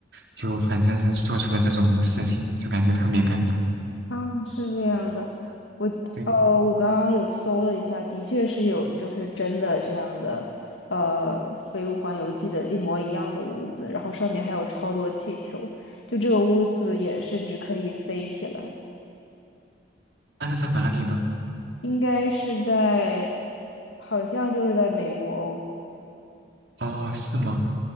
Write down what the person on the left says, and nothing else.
嗯，是这样的，我呃，
我刚刚有搜了一下，的确是有，就是真的这样的，呃，《飞屋环游记》的一模一样的屋子，然后上面还有超多气球，就这个屋子也甚至可以飞起来，
应该是在，好像就是在美国哦，